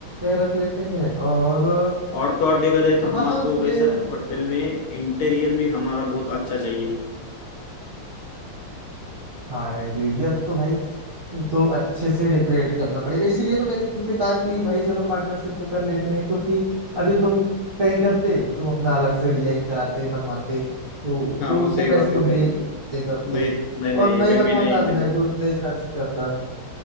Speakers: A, on the right; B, on the left.
A: ये रख लेते हैं और
B: और तो और देखा जाए तो हमारे
A: हाँ उसमें
B: को कैसा है, होटल में इंटीरियर भी हमारा बहुत अच्छा चाहिए
A: हाँ इंटीरियर तो भाई तो अच्छे से डेकोरेट करना पड़ेगा इसीलिए तो मैंने तुमसे कहा कि भाई चलो पार्टनरशिप में कर लेते हैं क्योंकि अभी तुम कहीं करते तुम अपना अलग से डिजाइन कराते बनवाते तो
B: हाँ
A: तो
B: वो
A: उतने
B: सही बात
A: पैसे तुम
B: है भाई
A: भी खर्चे करते
B: नहीं नहीं नहीं
A: और मैं
B: मैं
A: बनवाता
B: भी नहीं इतने
A: मैं
B: थे
A: भी उतने ही खर्चे करता